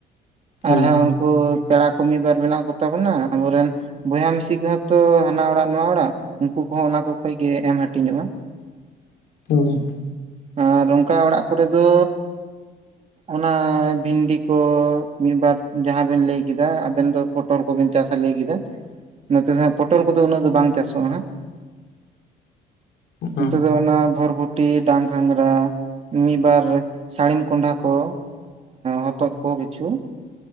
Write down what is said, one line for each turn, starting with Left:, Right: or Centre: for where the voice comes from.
Left: ᱦᱮᱸ
Right: ᱟᱨᱦᱚᱸ ᱩᱱᱠᱩ ᱯᱮᱲᱟ ᱠᱚ ᱢᱤᱫ ᱵᱟᱨ ᱢᱮᱱᱟᱜ ᱠᱚ ᱛᱟᱵᱚᱱᱟ ᱟᱵᱚᱨᱮᱱ᱾ ᱵᱚᱭᱦᱟ ᱢᱤᱥᱤ ᱠᱚᱦᱚᱸ ᱛᱚ ᱦᱟᱱᱟ ᱚᱲᱟᱜ ᱱᱚᱣᱟ ᱚᱲᱟᱜ ᱩᱱᱠᱩ ᱠᱚᱦᱚᱸ ᱚᱱᱟ ᱠᱚ ᱠᱷᱚᱡ ᱜᱮ ᱮᱢ ᱦᱟᱹᱴᱤᱧᱚᱜᱼᱟ᱾ <inaudible>
Left: <unintelligible>
Right: ᱟᱨ ᱚᱱᱠᱟ ᱚᱲᱟᱜ ᱠᱚᱨᱮ ᱫᱚ ᱚᱱᱟ ᱵᱷᱤᱱᱰᱤ᱾ ᱛᱚ ᱢᱤᱫᱵᱟᱨ ᱡᱟᱦᱟᱸ ᱵᱮᱱ ᱞᱟᱹᱭ ᱠᱮᱫᱟ ᱟᱵᱮᱱ ᱫᱚ ᱯᱚᱴᱚᱞ ᱠᱚᱵᱮᱱ ᱪᱟᱥᱟ ᱞᱟᱹᱭ ᱠᱮᱫᱟ᱾ ᱱᱚᱛᱮ ᱫᱚ ᱦᱟᱜ ᱯᱚᱴᱚᱞ ᱠᱚᱫᱚ ᱩᱱᱟᱹᱜ ᱫᱚ ᱵᱟᱝ ᱪᱟᱥᱚᱜᱼᱟ ᱦᱟᱸᱜ᱾ ᱱᱤᱛᱚᱜ
Left: ᱚ
Right: ᱫᱚ ᱚᱱᱟ ᱵᱷᱳᱨᱵᱷᱳᱴ ᱴᱤ ᱰᱟᱝ ᱜᱷᱟᱝᱽᱨᱟ ᱢᱤᱫ ᱵᱟᱨ ᱥᱟᱹᱲᱤᱢ ᱠᱚᱸᱰᱷᱟ ᱠᱚ ᱦᱚᱛᱚᱜ ᱠᱚ ᱠᱤᱪᱷᱩ